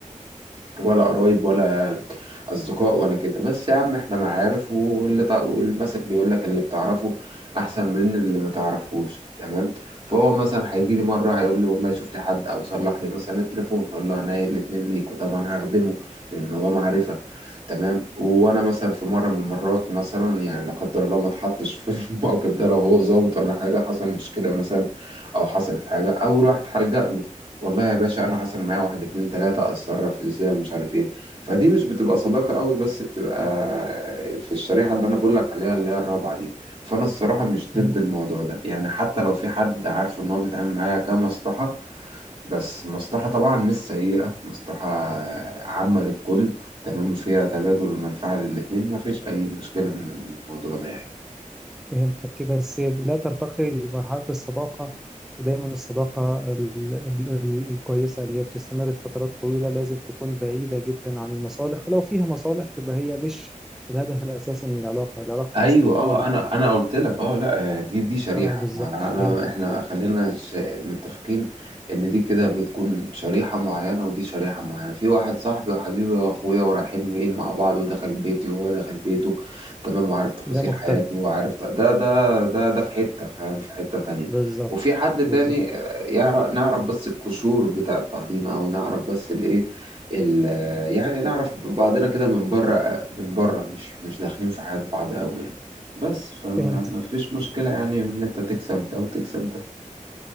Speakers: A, on the right (about 40°); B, in the centre.
A: ولا قرايب ولا اصدقاء ولا كده بس يا عم احنا معارف واللي تع... المثل بيقول لك اللي بتعرفه احسن من اللي ما تعرفهوش تمام فهو مثلا هيجي لي مره هيقول لي والله شوف لي حد او صلح لي مثلا التليفون اقول له عينيا الاتنين ليك وطبعا هخدمه لان هو معرفه تمام وانا مثلا في مره من المرات مثلا يعني لا قدر الله ما اتحطش في <laughs> الموقف ده لو هو ظابط ولا حاجه حصل مشكله مثلا او حصلت حاجه او رحت هلجأ له والله يا باشا انا حصل معايا واحد اتنين تلاتة اتصرف ازاي ومش عارف ايه فدي مش بتبقى صداقة قوي بس بتبقى في الشريحة اللي انا بقولك عليها اللي هي الرابعة دي فانا الصراحة مش ضد
B: فهمت
A: الموضوع ده يعني حتى لو في حد عارفه ان هو بيتعامل معايا كمصلحة بس مصلحة طبعا مش سيئة مصلحة عامة للكل تمام وفيها تبادل المنفعة للاتنين مفيش اي مشكلة من الموضوع ده يعني
B: فهمتك كده، بس لا ترتقي لمرحلة الصداقة ودايما الصداقة ال- ال- ال- الكويسة اللي هي بتستمر لفترات طويلة لازم تكون بعيدة جدا عن المصالح ولو فيها مصالح يبقى هي مش الهدف الأساسي من العلاقة العلاقة
A: ايوه
B: أسمى من
A: اه
B: كده بكتير
A: انا انا قلت لك اه لا آه، دي دي شريحه
B: اه بالظبط
A: ما انا
B: فهمتك
A: احنا خلينا ش- متفقين ان دي كده بتكون شريحه معينه ودي شريحه معينه في واحد صاحبي وحبيبي واخويا ورايحين جايين مع بعض ودخل بيتي وهو دخل بيته تمام وعارف تفاصيل
B: ده مختلف
A: حياته وعارف ت- ده ده ده ده في حته فاهم في حته تانية
B: بالظبط
A: وفي حد تاني
B: بالظبط
A: يعرف نعرف بس القشور بتاعت بعضينا او نعرف بس الايه ال- يعني نعرف بعضنا كده من بره من بره مش مش داخلين في حياة بعض قوي يعني بس فما
B: فهمتك
A: فيش مشكلة يعني ان انت تكسب ده وتكسب ده